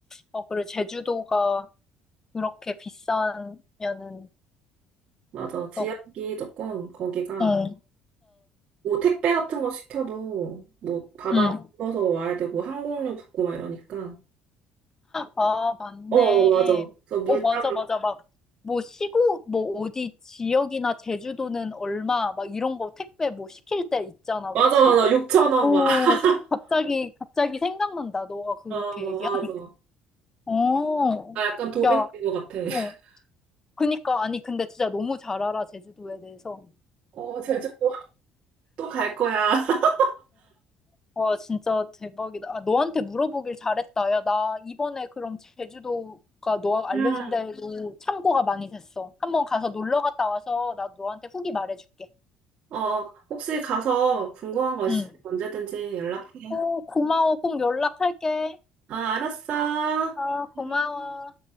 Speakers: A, on the left (about 20°); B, on the right (about 50°).
A: 어, 그리고 제주도가 그렇게 비싸면은,
B: 맞아. 지역이
A: 어, 어,
B: 조금 거기가
A: 응.
B: 뭐 택배 같은 거 시켜도 뭐 바다
A: 응.
B: 불너서 와야 되고 항공료 붙고 막 이러니까.
A: 아, 맞네.
B: 어 맞아. 그래서 물타기
A: 어, 맞아, 맞아. 막, 뭐, 시구 뭐, 어디 지역이나 제주도는 얼마, 막 이런 거 택배 뭐 시킬 때 있잖아,
B: 맞아
A: 그치?
B: 맞아 6천 원
A: 오,
B: 막. <laughs>
A: 갑자기, 갑자기 생각난다. 너가 그렇게
B: 어
A: 얘기하니까.
B: 맞아. 어
A: 어,
B: 나 약간 도민인
A: 야,
B: 것 같아. <laughs>
A: 어. 그니까, 아니, 근데 진짜 너무 잘 알아, 제주도에 대해서.
B: 어, 제주도 또 갈 거야. <laughs>
A: 와, 진짜 대박이다. 아, 너한테 물어보길 잘했다. 야, 나 이번에 그럼 제주도가 너가 알려준
B: 음.
A: 대로 참고가 많이 됐어. 한번 가서 놀러 갔다 와서 나 너한테 후기 말해줄게.
B: 어, 혹시 가서 궁금한 거 있으면
A: 응.
B: 언제든지 연락해.
A: 오, 고마워. 꼭 연락할게.
B: 어, 알았어.
A: 아,
B: 응.
A: 고마워.